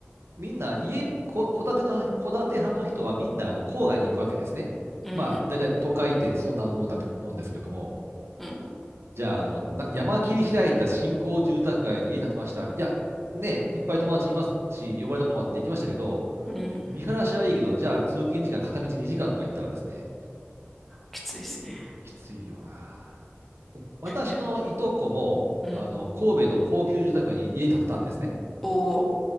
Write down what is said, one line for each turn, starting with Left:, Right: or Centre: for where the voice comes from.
Right: みんな、家、こ、戸建ての、戸建て派の人は、みんな、あの、郊外に行くわけですね。
Centre: うんうん
Right: まあ、だいたい都会ってそんなもんだと思うんですけども、
Centre: うん。
Right: じゃあ、あの、な山切り開いた新興住宅街に家建てました。いや、ね、いっぱい友達いますし、呼ばれたこともあって行きましたけど、
Centre: うん。
Right: 見晴らしはいいけど、じゃあ通勤時間片道2時間とか行ったらですね、
Centre: きついですね。
Right: ちょっときついよな。私のいとこも、
Centre: いや。うん。
Right: あの、神戸の高級住宅街に家建てたんですね。
Centre: おお、